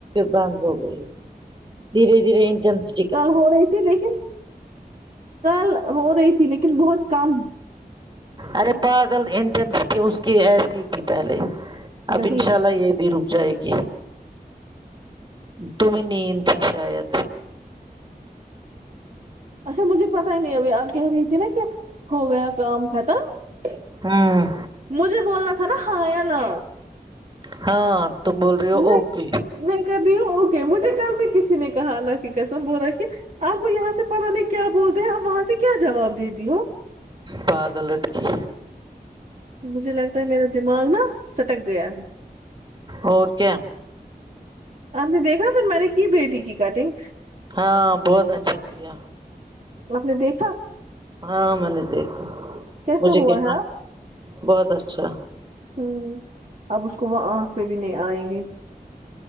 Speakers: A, on the right; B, on the right.
A: بند ہو گئی دھیرے دھیرے انٹرنس
B: کل ہو رہی تھی لیکن کل ہو رہی تھی لیکن بہت کم
A: ارے پاگل انٹینسٹی اس کی ایسی تھی پہلے اب
B: نہیں
A: انشاء اللہ یہ بھی رک جائے گی تمہیں نیند تھی شاید
B: اچھا مجھے پتہ ہی نہیں ابھی آپ کہہ رہے تھی نا جب ہو گیا کام ختم
A: ہوں
B: مجھے بولنا تھا نا ہاں یا نہ
A: ہاں تم بول رہی ہو
B: میں
A: اوکے
B: میں کر رہی ہوں اوکے مجھے کل بھی کسی نے کہا اللہ کی قسم بو رہا کہ آپ کو یہاں سے پڑھانے کیا بولتے ہو آپ وہاں سے کیا جواب دیتی ہو
A: پاگل لٹکی
B: مجھے لگتا ہے میرا دماغ نا سٹک گیا ہے
A: اور کیا
B: آپ نے دیکھا پھر میں نے کی بیٹی کی کٹنگ
A: ہاں بہت اچھا کیا
B: آپ نے دیکھا
A: ہاں میں نے دیکھا
B: کیسا
A: مجھے
B: ہوا
A: کیا
B: ہے
A: بہت اچھا
B: ہوں اب اس کو وہ آنکھ پہ بھی نہیں آئیں گے